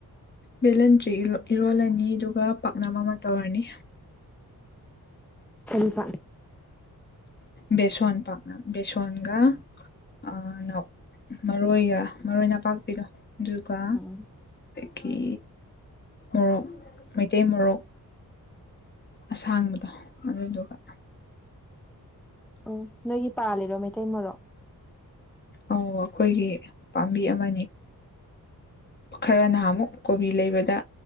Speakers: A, on the left (about 30°); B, in the centre.
A: ꯚꯦꯂꯟꯇ꯭ꯔꯤ ꯏꯔꯣꯜꯂꯅꯤ ꯑꯗꯨꯒ ꯄꯥꯛꯅꯝ ꯑꯃ ꯇꯧꯔꯅꯤ
B: ꯀꯔꯤ ꯄꯥꯛ
A: ꯕꯦꯁꯣꯟ ꯄꯥꯛꯅꯝ ꯕꯦꯁꯣꯟꯒ ꯑꯥ ꯃꯔꯣꯏꯒ ꯃꯔꯣꯏ ꯅꯄꯥꯛꯄꯤꯒ ꯑꯗꯨꯒ
B: ꯎꯝ
A: ꯀꯤ ꯃꯣꯔꯣꯛ ꯃꯩꯇꯩ ꯃꯣꯔꯣꯛ ꯑꯁꯥꯡꯕꯗꯣ ꯑꯗꯨ ꯗꯨꯒ
B: ꯎꯝ ꯅꯣꯏꯒꯤ ꯄꯥꯜꯂꯤꯔꯣ ꯃꯩꯇꯩ ꯃꯔꯣꯛ
A: ꯑꯧ ꯑꯩꯈꯣꯏꯒꯤ ꯄꯥꯝꯕꯤ ꯑꯃꯅꯤ ꯈꯔ ꯅꯍꯥꯟꯃꯨꯛ ꯀꯣꯕꯤ ꯂꯩꯕꯗ